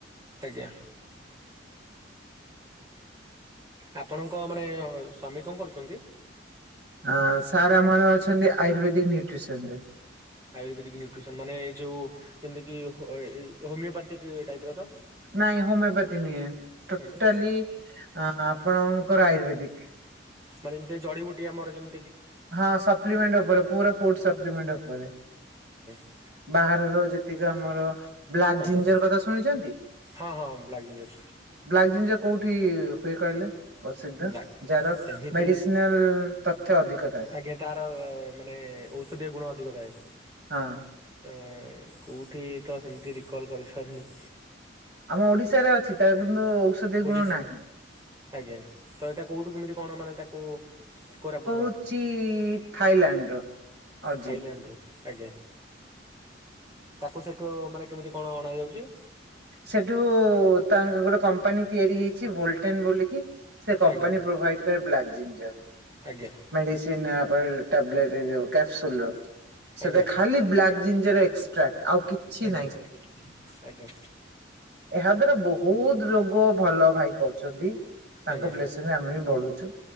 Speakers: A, on the right; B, on the right.
A: ଆଜ୍ଞା। ଆପଣଙ୍କ ମାନେ--ସ୍ୱାମୀ ଙ୍କ କରୁଚନ୍ତି?
B: ଆଁ ସାର୍ ଆମର ଅଚନ୍ତି, ଆୟୁର୍ବେଦିକ୍ ନ୍ୟୁଟ୍ରିସନ୍‌ ରେ।
A: ଆୟୁର୍ବେଦିକ୍ ନ୍ୟୁଟ୍ରିସନ୍‌ ମାନେ ଇ ଯଉ ଯେମିତି କି ହୋମିଓ ପାତିକ୍ ଟାଇପ୍ର ତ।
B: ନାଇଁ ହୋମିଓ ପାତି ନି ଟୋଟାଲି
A: ଆଜ୍ଞା
B: ଆଁ ଆପଣଙ୍କର ଆୟୁର୍ବେଦିକ୍।
A: ମାନେ ଜଡ଼ି ବୁଟି ଆମର ଯେମ୍
B: ହଁ ସପ୍ଲିମେଣ୍ଟ ଉପରେ ପୁରା ଫୁଡ ସପ୍ଲିମେଣ୍ଟ ଉପରେ
A: <inaudible>
B: ବାହାରର ଯେତିକ ଆମର। ବ୍ଲାକ୍
A: ଆଜ୍ଞା
B: ଜିଞ୍ଜର୍ କଥା ଶୁଣିଚନ୍ତି?
A: ହଁ ହଁ ବ୍ଲାକ୍ ଜିଞ୍ଜର
B: ବ୍ଲାକ୍ ଜିଞ୍ଜ କଉଠି ହୁଏ କହିଲେ? ପସିଦ୍ଧ
A: ବ୍ଲା
B: ଯା-ର
A: ସେମିତି
B: ମେଡ଼ିସିନାଲ୍ ତଥ୍ୟ ଅଧିକ। ଥାଏ।
A: ଆଜ୍ଞା, ତା'ର ମାନେ ଔଷଧୀୟ ଗୁଣ ଅଧିକ ଥାଏ।
B: ହଁ!
A: ତ କଉଠି ତ ସେମିତି ରିକଲ୍ କରି ସରିନି।
B: ଆମ ଓଡ଼ିଶାରେ ଅଛି, ତା'ର କିନ୍ତୁ ଔଷଦିୟ
A: ଓଡିଶା
B: ଗୁଣ ନାହିଁ।
A: ଆଜ୍ଞା, ତ ଏଇଟା କଉଠୁ କେମିତି କ'ଣ ମାନେ ତାକୁ କୋରାପୁଟୁ
B: ଉଚି ଥାଇଲାଣ୍ଡ ର। ଅର୍ଜିନ୍।
A: ଥାଇଲାଣ୍ଡରୁୁ, ଆଜ୍ଞା। ତାକୁ ସେଟୁ ମାନେ କେମିତି କ'ଣ ଅଣା ଯାଉଚି?
B: ସେଟୁ ତା ଗୋଟେ କମ୍ପାନୀ ତିଆରି ହେଇଚି, ବୋଲ୍ଟେନ୍‌ ବୋଲିକି। ସେ କମ୍ପାନୀ
A: ଆଜ୍ଞା
B: ପ୍ରୋଭାଇଡ୍‌ କରେ ବ୍ଲାକ୍ ଜିଞ୍ଜର୍।
A: ଆଜ୍ଞା
B: <inaudible> ଜିଞ୍ଜର୍
A: ଆଜ୍ଞା
B: ଏକ୍ସଟ୍ରା ଆଉ କିଛି
A: ଆଜ୍ଞା
B: ନାହିଁ।
A: ଆଜ୍ଞା।
B: ଏହା ଦ୍ଵାରା ବହୁତ୍ ରୋଗ ଭଲ ଭାଇ କ--ଚନ୍ତି। ତାଙ୍କ
A: ଆଜ୍ଞା
B: ବ୍ଲେସିଂ ରେ ଆମେ ବି ବଡୁଚୁ।